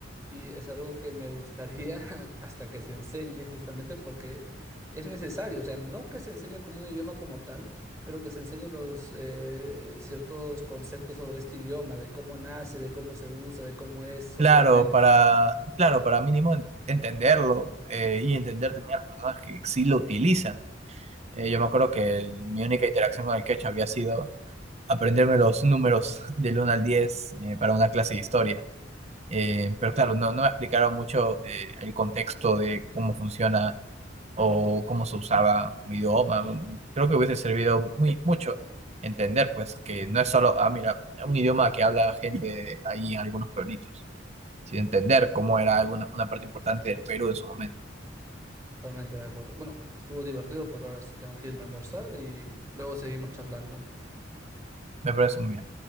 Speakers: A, on the right; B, on the right.
A: y es algo que me gustaría <laughs> hasta que se enseñe justamente porque... Es necesario, o sea, no que se enseñe como un idioma como tal, pero que se enseñen los eh, ciertos conceptos sobre este idioma, de cómo nace, de cómo se usa, de cómo es socialmente.
B: Claro, para, claro, para mínimo en- entenderlo eh, y entender también a las personas que sí lo utilizan. Eh, yo me acuerdo que el- mi única interacción con el quechua había sido aprenderme los números <laughs> del uno al 10 eh, para una clase de historia. Eh, pero claro, no, no me explicaron mucho eh, el contexto de cómo funciona o cómo se usaba un idioma. un- Creo que hubiese servido muy mucho entender, pues, que no es solo, ah, mira, un idioma que habla gente ahí en algunos pueblitos, sino entender cómo era alguna, una parte importante del Perú en su momento.
A: Totalmente de acuerdo. Bueno, estuvo divertido, pero ahora sí tengo que irme a almorzar y luego seguimos charlando.
B: Me parece muy bien.